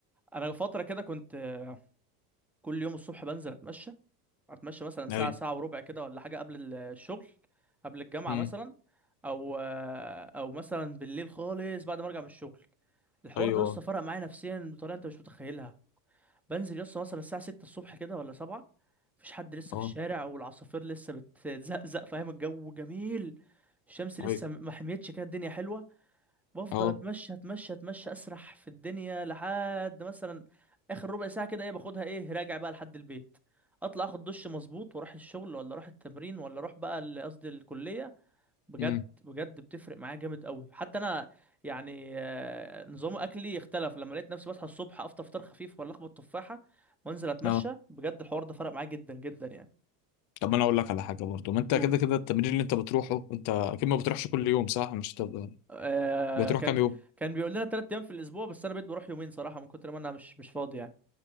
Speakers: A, in the centre; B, on the left (about 40°).
A: انا فترة كده كنت آه، كل يوم الصبح بنزل اتمشى اتمشى مثلا ساعه
B: ايوه
A: ساعه وربع كده ولا حاجه قبل ال- الشغل قبل الجامعه
B: مم.
A: مثلا او او مثلا بالليل خالص بعد ما ارجع من الشغل الحوار
B: ايوه
A: ده لسه فرق معايا نفسيا بطريقه انت مش متخيلها بنزل لسه مثلا الساعه 6 الصبح كده ولا 7 مفيش حد لسه
B: اه
A: في الشارع والعصافير لسه بتزقزق فاهم الجو جميل الشمس لسه
B: ايوه
A: ما حميتش كده الدنيا حلوه بفضل
B: اه
A: اتمشى اتمشى اتمشى اسرح في الدنيا لحد مثلا اخر ربع ساعه كده ايه باخدها ايه راجع بقى لحد البيت اطلع اخد دش مظبوط واروح الشغل ولا اروح التمرين ولا اروح بقى ال- قصدي الكليه بجد
B: امم
A: بجد بتفرق معايا جامد قوي حتى انا يعني آه، نظام اكلي اختلف لما لقيت نفسي بصحى الصبح افطر فطار خفيف ولا اخبط تفاحه وانزل اتمشى
B: اه
A: بجد الحوار ده فرق معايا جدا جدا يعني
B: طب انا اقول لك على حاجه برضه ما انت
A: قول
B: كده كده التمرين اللي انت بتروحه انت اكيد ما بتروحش كل يوم صح مش تبقى
A: آه
B: بتروح
A: كان
B: كام يوم
A: كان بيقول لنا ثلاث ايام في الاسبوع بس انا بقيت بروح يومين صراحه من كتر ما انا مش مش فاضي يعني